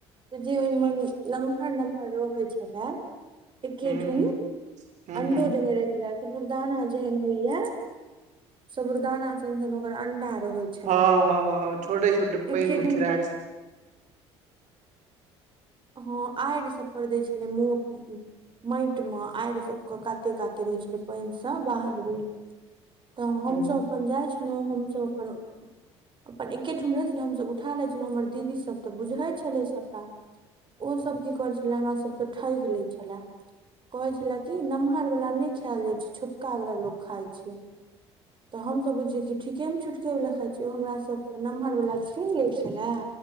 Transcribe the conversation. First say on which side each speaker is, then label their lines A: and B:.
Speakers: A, on the right; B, on the right.
A: जे ओहिमे नमहर नमहर रहै छले एकेठुमे
B: हँ हँ
A: अंडो देने रहै छलैथ साबुुरदाना जेहेन होइया साबुरदाना सन सन ओकर अंडा रहे छले
B: हँ हँ हँ छोटे छोटे
A: एकेठम
B: पैन मे गिरै
A: हँ आड़ि सब पर दै छलै मोख <unintelligible> माटि मे आड़ि सबके काते काते रहै छलै पानि से बाहर भेल तऽ हमसभ
B: ह
A: अपन जाइ छलहुँ हम सभ अपन अपन एकेठम रहै छलो हमसभ उठा लै छलहुँ हमर दीदी सभ तऽ बुझै छलै सभटा ओसभ की करै छले हमरा सभसँ ठइक लै छले कहै छले कि नमहर वला नहि खेल जाइ छै छोटका वला लोक खाइ छै तऽ हमसभ बुझियै कि ठीकेमे छोटकेवला खाइ छियै ओ हमरा सब नमहरवला छीन लै छले